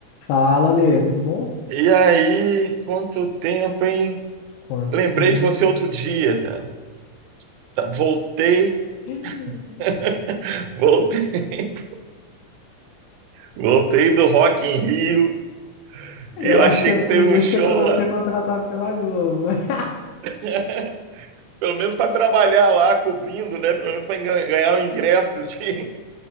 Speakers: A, on the left; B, on the right.
A: Fala, Lê, tudo bom?
B: E aí, quanto tempo, hein?
A: Quanto
B: Lembrei
A: tempo?
B: de você outro dia, cara. Tá- Voltei,
A: <laughs>
B: <laughs> voltei, voltei do Rock in Rio
A: Eu
B: e eu
A: acho
B: achei
A: que você
B: que teve
A: podia
B: um show
A: ser, co-
B: lá.
A: ser contratado pela Globo. <laughs>
B: <laughs> Pelo menos para trabalhar lá, cobrindo, né? Pelo menos para ganhar o ingresso de,